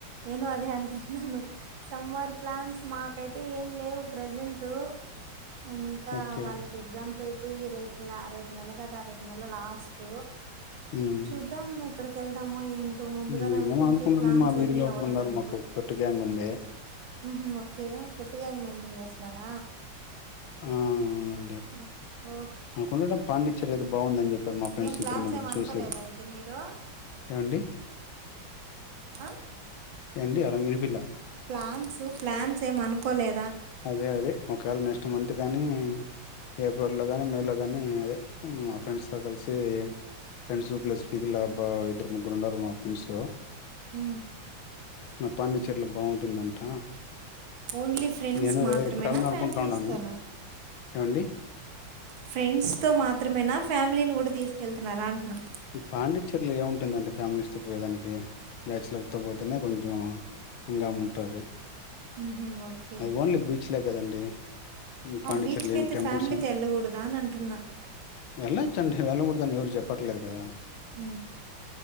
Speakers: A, on the right; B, on the left.
A: నేను అదే అంటున్నాను సమ్మర్ ప్లాన్స్ మాకైతే ఏం లేవు ప్రజెంట్ ఇంకా
B: ఓకే
A: వాళ్ళకి ఎగ్జామ్స్ అయిపో పోయి రేపు లా రేపు నెల కద రేపు నెల లాస్ట్ తో
B: ఉమ్
A: చూద్దాం ఎక్కడ ఏళ్దాముో ఏ ఇంత ముందుగానే
B: మేమేం
A: అనుకుంటే
B: అనుకుంటున్నాం
A: ప్లాన్స్
B: మా వీధిలో
A: ఏమి
B: ఒకరున్నారు
A: అవ్వడం లేదు
B: మాకు ఒక తొట్టు గ్యాంగ్ ఉంది
A: ఉహు ఓకే తొట్టి గ్యాంగ్ మెయింటైన్ చేస్ ఉన్నార
B: ఆ అవునం
A: అ ఓ
B: అనుకున్నరండి పాండిచ్చేరి అయితే బాగుందని చెప్పారు మా ఫ్రెండ్స్
A: ఏం
B: ఇద్దరు
A: ప్లాన్స్
B: ముగ్గురు
A: ఏం అనుకోలేదా
B: చూసేది
A: అయితే మీరు
B: ఏమండి
A: అ
B: ఎంటి ఆరంగే పిల
A: ప్లాన్స్ ప్లాన్స్ ఏం అనుకోలే
B: అదే అదే ఒకవేళ నెక్స్ట్ మంత్ గానీ ఏ ఏప్రిల్ లో గానీ మేలో గానీ అదే మా ఫ్రెండ్స్తో కలిసి ఫ్రెండ్స్ ప్లస్ ఫీది అబ్బ ఇద్దరు ముగ్గురు ఉన్నారు మా ఫ్రెండ్స్
A: ఉ
B: ఫర్నిచర్లు బాగుంటుందంట
A: ఓన్లీ ఫ్రెండ్స్
B: నేను
A: మాత్రమేనా
B: కదా ఎప్పుటాలని అనుకుంటా
A: ఫ్యామిలీస్
B: ఉన్నాను.
A: తోనా
B: ఏవండి
A: ఫ్రెండ్స్ తో మాత్రమేనా ఫ్యామిలీని కూడా తీసుకెళ్తున్నారా అంటున్నా
B: పాండిచర్లో ఏముంటుందండి ఫ్యామిలీస్తో పోయేదానికి బ్యాచలర్తో పోతేనే కొంచెం హంగమా ఉంటది
A: ఉహు ఓకే
B: అది ఓన్లీ బీచ్లే కదండి ఉ పాండిచర్ల
A: ఆ బీచ్కి
B: ఏం
A: అయితే
B: టెంపుల్స్
A: ఫ్యామిలీతో
B: ఏం
A: వెళ్ళకూడదా అని అంటున్నా
B: వెళ్ళొచ్చండి ఏళ్ళకుడదని ఎవరు చెప్పట్లేదు కదా
A: ఉ